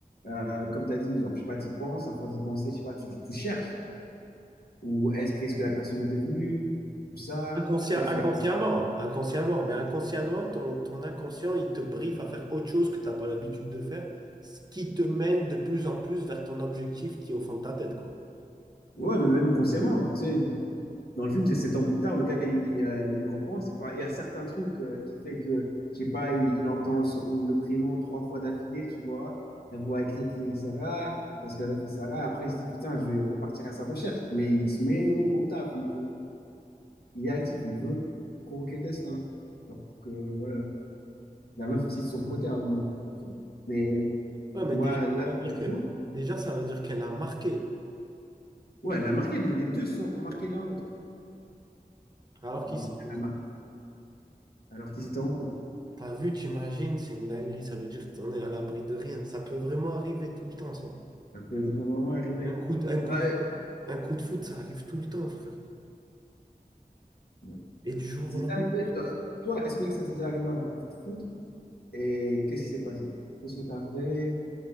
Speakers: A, on the left; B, on the right.
A: Euh, comme tu as dit, genre, je sais pas, tu penses, à force d'y penser, je sais pas, tu, tu cherches. Ou est-ce qu'est-ce que la personne est devenue? Tout ça.
B: Inconscient,
A: Peut-être
B: inconsciemment,
A: tu l'as.
B: inconsciemment, mais inconsciemment, ton, ton inconscient, il te briefe à faire autre chose que t'as pas l'habitude de faire, ce qui te mène de plus en plus vers ton objectif qui est au fond de ta tête, quoi.
A: Ouais, mais même consciemment, tu sais, dans le film, c'est sept ans plus tard, le gars, il, il, euh, il y repense, enfin, il y a certains trucs euh, qui fait que, je sais pas, il, il entend son- le prénom trois fois d'affilée, tu vois, la voix écrite c'est Sarah, parce qu'elle avait fait Sarah, après il se dit, putain, je vais repartir à sa recherche, mais il se met au, au taf, il, faut- il est actif, il veut provoquer le destin. Donc, euh, voilà, la meuf aussi de son côté à un moment. Mais
B: Ouais, mais
A: moi,
B: déjà, ça
A: là,
B: veut dire
A: toujours
B: que, déjà, ça veut dire qu'elle a marqué.
A: Ouais, elle a marqué, les les deux sont, ont marqué l'un l'autre.
B: Alors
A: Genre,
B: qu'ils sont.
A: elle a marqué, alors qu'ils étaient en couple.
B: T'as vu, t'imagines, c'est une dinguerie. Ça veut dire que t'en es à l'abri de rien. Ça peut vraiment arriver tout le temps, ça.
A: Ça peut être vraiment arrivé.
B: Un coup de, un coup
A: Bah,
B: de,
A: euh,
B: un coup de foot, ça arrive tout le temps, frère.
A: Ouais.
B: Et du jour
A: c'est
B: au lendemain.
A: déjà arrivé. Euh, Toi, est-ce que ça t'est déjà arrivé un coup de foudre? Et qu'est-ce qui s'est passé? Qu'est-ce que t'as fait